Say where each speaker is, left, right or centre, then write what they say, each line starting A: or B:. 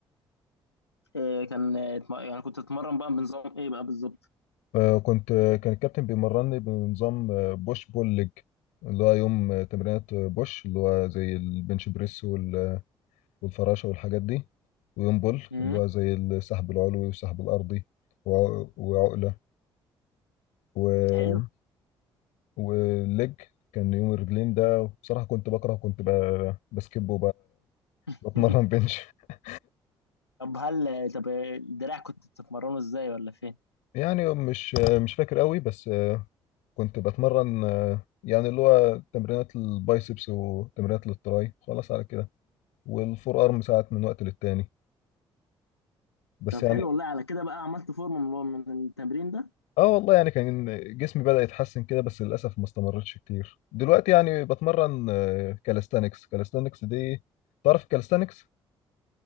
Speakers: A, on the left (about 85°); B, on the left (about 65°).
A: إيه كان اتم- يعني كنت اتمرن بقى بنظام ايه بقى بالظبط
B: آه، كنت آه، كان الكابتن بيمرني بنظام آه، بوش بول ليج اللي هو يوم آه، تمرينات آه، بوش اللي هو زي البنش بريس وال- والفراشة والحاجات دي ويوم بول
A: مم.
B: اللي هو زي السحب العلوي والسحب الأرضي وع- وعقلة و...
A: حلو
B: والليج كان يوم الرجلين ده بصراحة كنت بكره كنت ب... بسكب
A: <laughs>
B: وبتمرن بنش <laughs>
A: طب هل طب الدراع كنت بتتمرنه ازاي ولا فين؟
B: يعني مش مش فاكر قوي بس كنت بتمرن آه، يعني اللي هو تمرينات البايسبس وتمرينات للتراي خلاص على كده والفور ارم ساعات من وقت للتاني بس
A: طب
B: يعني
A: حلو والله على كده بقى عملت فورمه من من التمرين ده
B: اه والله يعني كان جسمي بدأ يتحسن كده بس للأسف ما استمرتش كتير دلوقتي يعني بتمرن كالستانكس كالستانكس دي تعرف كالستانكس